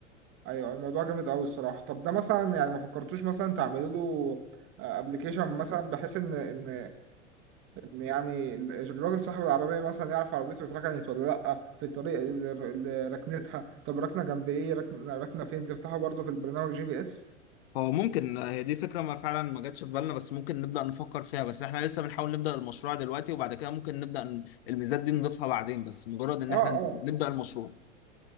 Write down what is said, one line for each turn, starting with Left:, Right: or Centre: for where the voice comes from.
Right: أيوة الموضوع جامد أوي الصراحة طب ده مثلا يعني ما فكرتوش مثلا تعملوا له أبلكيشن مثلا بحيث إن إن إن يعني ال- الراجل صاحب العربية مثلا يعرف عربيته اتركنت ولا لأ في الطريق اللي اللي ركنتها طب ركنة جنب إيه ركنة ركنة فين تفتحه برضه في البرنامج جي بي إس
Left: هو ممكن هي دي فكره ما فعلا ما جاتش في بالنا بس ممكن نبدا نفكر فيها بس احنا لسه بنحاول نبدا المشروع دلوقتي وبعد كده ممكن نبدا ن- الميزات دي نضيفها بعدين بس مجرد ان
Right: آه
Left: احنا
Right: آه
Left: نبدا المشروع